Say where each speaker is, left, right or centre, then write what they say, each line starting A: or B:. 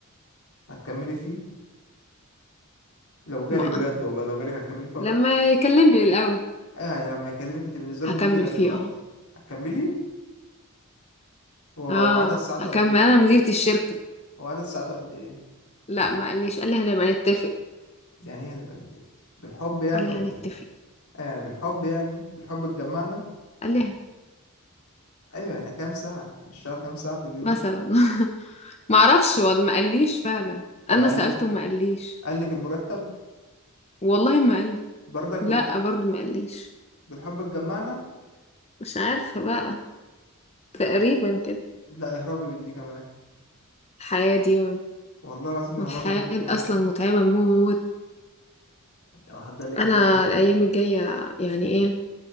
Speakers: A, on the left (about 80°); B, on the left (about 30°).
A: هتكملي فيه لو جالك
B: بقى
A: بجد والله لو جالك هتكملي فيه
B: لما
A: ولا لا
B: يكلمني الاول
A: ايوه يعني لما يكلمك انت بالنسبة
B: هكمل
A: له مديرة دلوقتي
B: فيه اه
A: هتكملي هو
B: اه
A: وعدد ساعاته
B: هكمل
A: قد ايه
B: انا مديرة الشركه
A: هو عدد ساعاته قد ايه
B: لا ما قاليش قال لي هنبقى نتفق
A: يعني ايه يعني بنتفق بالحب يعني
B: قال
A: ولا
B: لي هنتفق
A: ايه آه يعني بالحب يعني بالحب اتجمعنا
B: قال لي ه-
A: ايوه يعني كام ساعة هنشتغل كام ساعة في اليوم
B: مثلا <laughs> ما اعرفش والله ما قاليش فعلا
A: طب
B: انا
A: قال
B: سألته
A: لك
B: ما قاليش
A: قال لك المرتب
B: والله ما قال
A: برضك بالحب
B: لا برضو ما قاليش
A: بالحب اتجمعنا
B: مش عارفة بقى تقريبا كده
A: لا اهربي من دي كمان
B: الحياة دي
A: والله العظيم اهربي
B: الحياة
A: من دي
B: دي
A: كمان
B: اصلا متعبة موت
A: لو حد قال لك
B: انا
A: انها مريحة
B: الايام الجاية يعني ايه